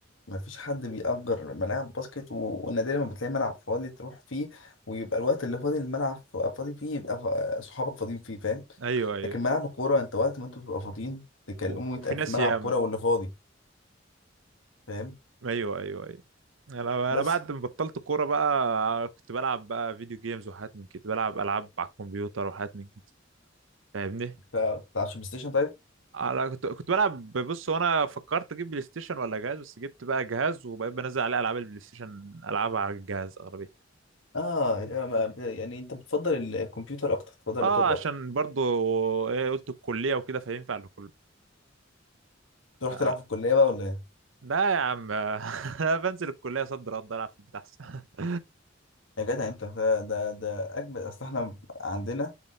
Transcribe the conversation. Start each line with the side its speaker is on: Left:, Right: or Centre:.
Left: ما فيش حد بيأجر ملاعب باسكت و- ونادرا ما بتلاقي ملعب فاضي تروح فيه ويبقى الوقت اللي فاضي الملعب ف- فاضي فيه يبقى ف- صحابك فاضيين فيه فاهم
Right: ايوه ايوه
Left: لكن ملعب الكورة انت وقت ما انتوا بتبقوا فاضيين تكلموا
Right: و...
Left: يتقال
Right: وفي ناس
Left: في ملعب
Right: ياما
Left: كورة واللي فاضي فاهم
Right: ايوه ايوه ايوه انا
Left: بس
Right: انا بعد ما بطلت كوره بقى كنت بلعب بقى فيديو جيمز وحاجات من كده بلعب العاب على الكمبيوتر وحاجات من كده فاهمني
Left: ف- بتاع البلاي ستيشن طيب
Right: انا كنت كنت بلعب بص وانا فكرت اجيب بلاي ستيشن ولا جهاز بس جبت بقى جهاز وبقيت بنزل عليه العاب البلاي ستيشن العبها على الجهاز اغلبيه
Left: اه يا ما- يعني انت بتفضل الكمبيوتر اكتر بتفضل اللابتوب
Right: اه عشان
Left: اكتر
Right: برضو ايه قلت الكليه وكده فينفع لكل
Left: تروح
Right: آه.
Left: تلعب في الكلية بقى ولا ايه
Right: لا يا عم <laughs> انا بنزل الكليه صد رد العب في البيت احسن <laughs>
Left: يا جدع انت ده ده, ده اجمل اصل احنا عندنا